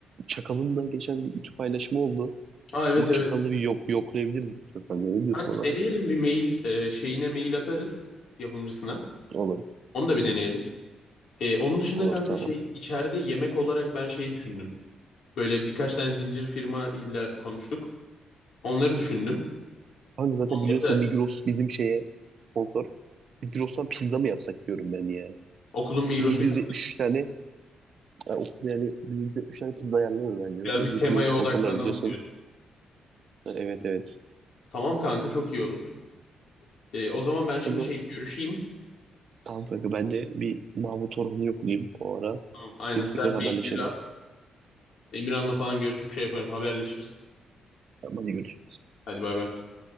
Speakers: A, on the right; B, on the left.
A: Çakal'ın da geçen bir İTÜ paylaşımı oldu.
B: Aa evet
A: Bu
B: evet.
A: çakalı bir yok yoklayabiliriz istiyorsan. Ya. Ne diyorsun
B: Kanka
A: ona?
B: deneyelim bir mail e, şeyine mail atarız yapımcısına.
A: Olur.
B: Onu da bir deneyelim. E, onun dışında
A: Olur
B: kanka
A: tamam.
B: şey içeride yemek olarak ben şey düşündüm. Böyle birkaç tane zincir firma ile konuştuk. Onları düşündüm.
A: Kanka zaten biliyorsun
B: Ya da
A: Migros bizim şeye sponsor. Migros'tan pizza mı yapsak diyorum ben ya.
B: okulun Migros'uyla
A: Bir 773 tane yani, o- yani bir 773 tane pizza ayarlanır bence.
B: birazcık
A: Zaten bizim
B: temaya
A: kulübe sponsorlar
B: odaklanalım
A: biliyorsun.
B: diyorsun.
A: Ha, Evet evet.
B: Tamam kanka çok iyi olur. E, o zaman ben şimdi
A: Kanka,
B: şey görüşeyim.
A: tamam kanka ben de bir Mahmut Orhan'ı yoklayayım o ara.
B: Tamam, aynen
A: Biz
B: sen
A: tekrar haberleşelim.
B: mailleri at. Emirhan'la falan görüşüp şey yaparım haberleşiriz.
A: Tamam hadi görüşürüz.
B: Hadi bay bay.